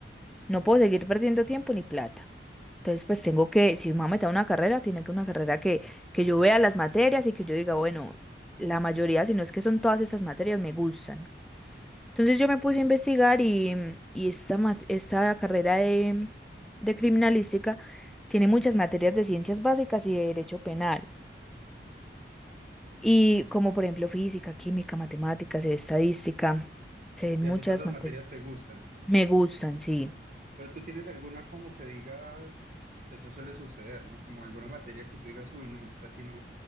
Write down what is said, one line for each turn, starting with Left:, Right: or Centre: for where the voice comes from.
Centre: no puedo seguir perdiendo tiempo ni plata. Entonces, pues tengo que, si me voy a meter a una carrera, tiene que una carrera que, que yo vea las materias y que yo diga, bueno, la mayoría, si no es que son todas estas materias, me gustan. Entonces yo me puse a investigar y, mm, y esta, mat- esta carrera de, de criminalística tiene muchas materias de ciencias básicas y de derecho penal. Y como por ejemplo física, química, matemáticas, estadística, se ven
Right: y a
Centre: muchas
Right: ti todas las
Centre: materias.
Right: materias te gustan,
Centre: Me gustan, sí.
Right: pero tú tienes alguna como que digas, eso suele suceder, ¿no? Como alguna materia que tú digas, uy, no, esta sí no,